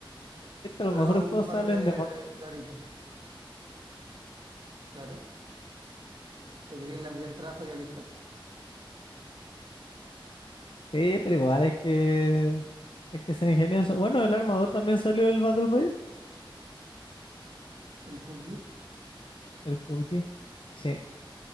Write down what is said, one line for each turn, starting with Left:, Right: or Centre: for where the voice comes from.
Left: Viste,
Right: Le
Left: los
Right: he
Left: mejores
Right: dado
Left: juegos
Right: un par
Left: salen
Right: de,
Left: de mods.
Right: de horitas, claro. Porque tiene la mitad del trabajo ya lista.
Left: Sí, pero igual hay que, hay que ser ingenioso. Bueno, el Arma 2 también salió el Battle Royale.
Right: El PUBG.
Left: El PUBG. Sí,